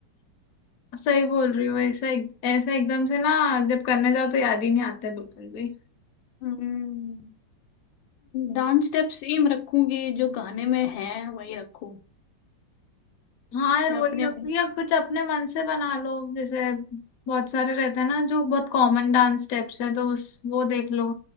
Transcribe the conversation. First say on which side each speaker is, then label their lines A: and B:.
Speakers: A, on the left; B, on the left.
A: सही बोल रही हो ऐसा ऐसा एकदम से ना जब करने जाओ तो याद ही नहीं आता है बिल्कुल भी
B: हम्म डांस स्टेप सेम रखूंगी जो गाने में है वही रखूं
A: हाँ यार
B: जो
A: वही
B: अपने
A: रखती है अब कुछ अपने मन से बना लो जैसे बहुत सारे रहते हैं ना जो बहुत कॉमन डांस स्टेप्स हैं तो उस वो देख लो